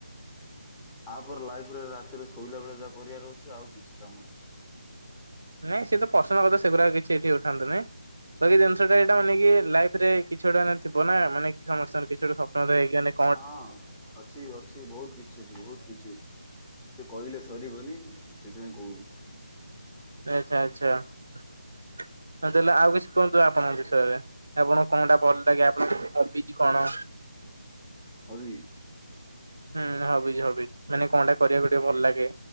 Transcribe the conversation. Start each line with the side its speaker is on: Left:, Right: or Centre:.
Centre: ତାପରେ ଲାଇଫ ରେ ରାତିରେ ଶୋଇଲା ବଳେ ଯାହା କରିବାର ଅଛି ଆଉ କିଛି କାମ ନାହିଁ।
Right: ନାଇଁ ସେ ତ ପର୍ସନାଲ କଥା ସେଗୁଡ଼ାକ କିଛି ଏଠି ଉଠାନ୍ତୁ ନାଇଁ ବାକି ଜିନିଷ ଟା
Centre: ହଁ
Right: ଏଇଟା ମାନେ କି ଲାଇଫ୍ ରେ କିଛି ଗୋଟା ମାନ ଥିବ ନା ମାନେ ସମସ୍ତଙ୍କର ଗୋଟେ ସ୍ୱପ୍ନ ଥାଏକି
Centre: ହଁ ଅଛି ଅଛି ବହୁତ କି କି ଅଛି ବହୁତ କିଛି ଅଛି ସେ କହିଲେ ସରିବନି ସେଥିପାଇଁ କହୁନି।
Right: ଆଚ୍ଛା ଆଚ୍ଛା ହ ତାହେଲେ ଆଉ କିଛି କୁହନ୍ତୁ ଆପଣଙ୍କ ବିଷୟରେ ଆପଣ କଣ ଟା ଭଲ ଲାଗେ ଆପଣଙ୍କ ହବିଜ କଣ?
Centre: <unintelligible>
Right: ହୁଁ ହବିଜ୍ ହବିଜ୍ ମାନେ କଣଟା କରିବାକୁ ଟିକେ ଭଲ ଲାଗେ।